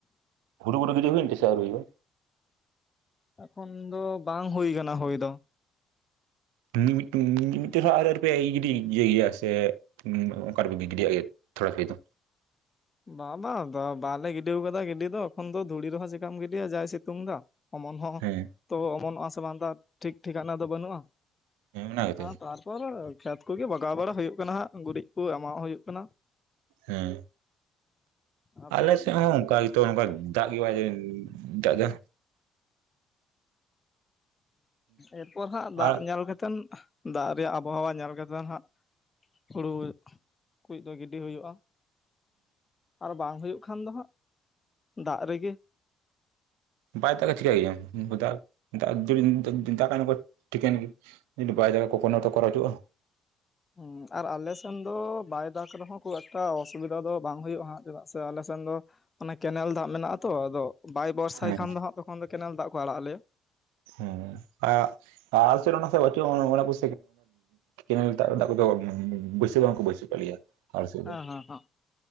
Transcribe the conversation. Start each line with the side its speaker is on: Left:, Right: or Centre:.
Right: ᱦᱩᱨᱩ ᱵᱩᱨᱩ ᱜᱤᱰᱤ ᱦᱩᱭᱮᱱ ᱛᱮ ᱥᱮ ᱟᱨᱤ ᱦᱩᱭᱩᱜᱼᱟ᱾
Left: ᱮᱠᱷᱚᱱ ᱫᱚ ᱵᱟᱝ ᱦᱩᱭ ᱟᱠᱟᱱᱟ ᱦᱩᱭ ᱫᱚ᱾
Right: ᱢᱤᱫᱴᱮᱱ ᱢᱤ ᱢᱤᱫᱴᱤᱡ ᱦᱚᱸ ᱟᱨᱤ ᱯᱮ ᱜᱤᱰᱤ ᱤᱭᱟᱹᱭ ᱜᱮᱭᱟ ᱥᱮ ᱚᱠᱟᱨ ᱨᱮ ᱯᱮ ᱜᱤᱽᱤᱰᱤᱭᱟᱜ ᱜᱮᱭᱟ᱾ ᱛᱷᱚᱲᱟᱹᱭ ᱫᱚ <inaudible>
Left: ᱵᱟ ᱵᱟᱝ ᱫᱚ ᱵᱟᱞᱮ ᱜᱤᱰᱤ ᱟᱠᱟᱫᱟ ᱜᱤᱰᱤ ᱫᱚ᱾ ᱮᱠᱷᱚᱱ ᱫᱚ ᱫᱷᱩᱲᱤ ᱨᱮᱦᱚᱸ ᱪᱮᱠᱟᱢ ᱜᱤᱰᱤᱭᱟ ᱡᱟᱭ ᱥᱤᱛᱩᱝ ᱫᱟ᱾ ᱚᱢᱚᱱ ᱦᱚᱸ
Right: ᱦᱮᱸ
Left: ᱛᱚ ᱚᱢᱚᱱᱚᱜᱼᱟ ᱥᱮ ᱵᱟᱝᱼᱼ ᱴᱷᱤᱠ ᱴᱷᱤᱠᱟᱱᱟ ᱫᱚ ᱵᱟᱹᱱᱩᱜᱼᱟ᱾
Right: ᱦᱮᱸ ᱚᱱᱟ ᱜᱮᱛᱚ
Left: ᱛᱟᱨᱯᱚᱨᱼᱼ ᱠᱷᱮᱛ ᱠᱚ ᱜᱮ ᱵᱟᱜᱟᱣ ᱵᱟᱲᱟ ᱦᱩᱭᱩᱜ ᱠᱟᱱᱟ ᱜᱩᱨᱤᱡ ᱠᱚ ᱮᱢᱟᱜ ᱦᱩᱭᱩᱜ ᱠᱟᱱᱟ᱾
Right: ᱦᱮᱸ
Left: ᱟᱫᱚ
Right: ᱟᱞᱮ
Left: ᱦᱟᱸᱜ
Right: ᱥᱮᱫ ᱦᱚᱸ ᱚᱱᱠᱟᱜᱮ᱾ ᱛᱚ ᱱᱚᱝᱠᱟ ᱫᱟᱜ ᱜᱮ ᱵᱟᱭ ᱫᱟᱜ ᱮᱫᱟ᱾
Left: ᱮᱨᱯᱚᱨ ᱦᱟᱸᱜ ᱫᱟᱜ
Right: ᱟᱨ
Left: ᱧᱮᱞ ᱠᱟᱛᱮ, ᱫᱟᱜ ᱨᱮᱭᱟᱜ ᱟᱵᱚᱦᱟᱣᱟ ᱧᱮᱞ ᱠᱟᱛᱮ ᱦᱟᱸᱜᱼᱼ ᱦᱩᱲᱩ ᱠᱚ ᱫᱚ <inaudible> ᱜᱤᱰᱤ ᱦᱩᱭᱩᱜᱼᱟ᱾ ᱟᱨ ᱵᱟᱝ ᱦᱩᱭᱩᱜ ᱠᱷᱟᱱ ᱫᱚ ᱦᱟᱸᱜ ᱫᱟᱜ ᱨᱮᱜᱮ,
Right: ᱵᱟᱭ ᱫᱟᱜᱼᱟ ᱪᱤᱠᱟᱹᱭ ᱟᱢ ᱫᱟ ᱫᱩᱞ ᱴᱷᱤᱠ ᱫᱟᱠᱟ ᱠᱚ ᱴᱷᱤᱠᱼᱼ ᱢᱤᱫ ᱵᱟᱭ ᱡᱟᱭᱜᱟ ᱠᱚᱯᱚᱱ ᱠᱚᱨᱟᱣ ᱦᱩᱜᱩᱜᱼᱟ
Left: ᱦᱮᱸ ᱟᱨ ᱟᱞᱮ ᱥᱮᱱ ᱫᱚ ᱵᱟᱭ ᱫᱟᱜᱽ ᱨᱮᱦᱚᱸ ᱠᱷᱩᱵ ᱮᱠᱴᱟ ᱚᱥᱩᱵᱤᱫᱷᱟ ᱫᱚ ᱵᱟᱝ ᱦᱩᱭᱩᱜᱼᱟ ᱦᱟᱸᱜ, ᱪᱮᱫᱟᱜ ᱥᱮ ᱟᱞᱮ ᱥᱮᱱᱼᱼ ᱫᱚᱼᱼ ᱚᱱᱮ ᱠᱮᱱᱮᱞ ᱫᱟᱜ ᱢᱮᱱᱟᱜ ᱟ ᱛᱚ ᱟᱫᱚ ᱵᱟᱭ ᱵᱚᱨᱥᱟᱭ
Right: ᱦᱮᱸ
Left: ᱠᱷᱟᱱ ᱫᱚ ᱦᱟᱸᱜ ᱛᱚᱠᱷᱚᱱ ᱫᱚ ᱠᱮᱱᱮᱞ ᱫᱟᱜ ᱠᱚ ᱟᱲᱟᱜ ᱟ ᱞᱮᱭᱟ᱾
Right: ᱦᱮᱸ ᱟᱨᱼᱼ ᱟᱞᱮ ᱥᱮᱫ ᱚᱱᱟ ᱠᱚ ᱵᱟᱪᱩᱼᱟ ᱚ ᱚᱱᱟ <unintelligible> ᱠᱮᱱᱮᱞ ᱫᱟᱜ ᱠᱮᱱᱮᱞ ᱠᱚ ᱫᱚ <unintelligible> <unintelligible> ᱵᱟᱹᱭᱥᱟ ᱜᱮ ᱵᱟᱝ ᱠᱚ ᱵᱟᱹᱭᱥᱟ ᱛᱟᱞᱮᱭᱟ ᱟᱞᱮ ᱥᱮᱫ
Left: ᱦᱮᱸ
Right: ᱫᱚ
Left: ᱦᱮᱸ ᱦᱮᱸ